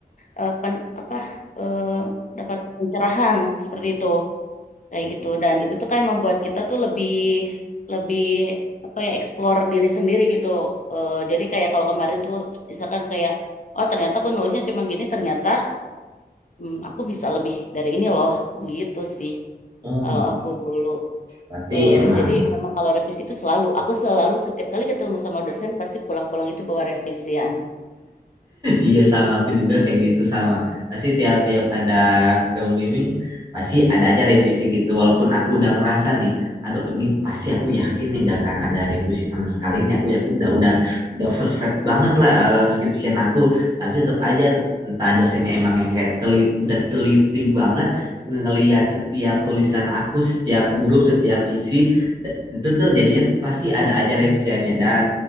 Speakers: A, on the left; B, on the right.
A: eh, pen- apa eh, dapat pencerahan seperti itu kayak gitu dan itu tuh kan membuat kita tuh lebih lebih apa ya explore diri sendiri gitu Eh, jadi kayak kalau kemarin tuh misalkan kayak oh ternyata aku nulisnya cuman gini ternyata hmm, aku bisa lebih dari ini loh gitu sih
B: Oh,
A: kalau aku dulu
B: berarti
A: Eh,
B: emang
A: jadi memang kalau revisi itu selalu aku selalu setiap kali ketemu sama dosen pasti pulang-pulang itu bawa revisian
B: Iya sama aku juga kayak gitu sama. Pasti tiap-tiap ada ketemu bimbing pasti ada aja revisi gitu. Walaupun aku udah ngerasa nih, aduh ini pasti aku yakin nih gak akan ada revisi sama sekali nih. Aku yakin udah udah udah perfect banget lah eh, skripsian aku. Tapi tetap aja entah dosennya emang yang kayak telit, udah teliti banget ngelihat setiap tulisan aku, setiap huruf, setiap isi. Da- Itu tuh jadinya pasti ada aja revisiannya. Dan